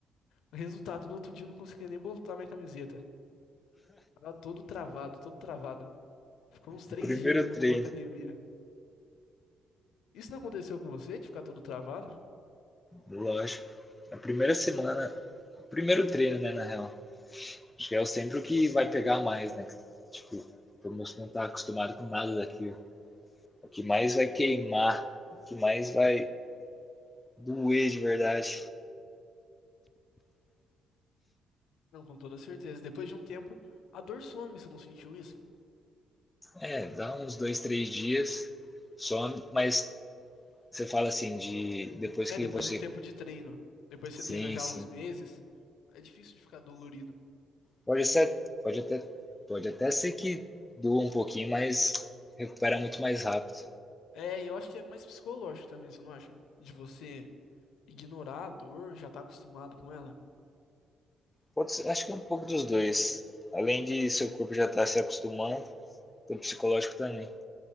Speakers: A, on the left (about 75°); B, on the left (about 15°).
A: Resultado, no outro dia eu não conseguia nem botar minha camiseta. Tava todo travado, todo travado. Ficou uns três
B: O primeiro
A: dias que eu não
B: treino,
A: fui pra academia. Isso não aconteceu com você, de ficar todo travado?
B: lógico. Na primeira semana, o primeiro treino, né, na real. Acho que é sempre o que vai pegar mais, né? Tipo, o músculo não tá acostumado com nada daquilo. O que mais vai queimar, o que mais vai doer de verdade
A: Não, com toda certeza. Depois de um tempo, a dor some, você não sentiu isso?
B: É, dá uns dois, três dias, some, mas você fala assim, de depois
A: É,
B: que
A: depois
B: você.
A: de um tempo de treino. Depois você
B: Sim,
A: treina já
B: sim.
A: há uns meses, é difícil de ficar dolorido.
B: Pode ser, pode até, pode até ser que doa um pouquinho, mas recupera muito mais rápido.
A: É, e eu acho que é mais psicológico também, você não acha? De você ignorar a dor, já tá acostumado com ela.
B: Pode ser- acho que é um pouco dos dois. Além de seu corpo já estar se acostumando, o psicológico também.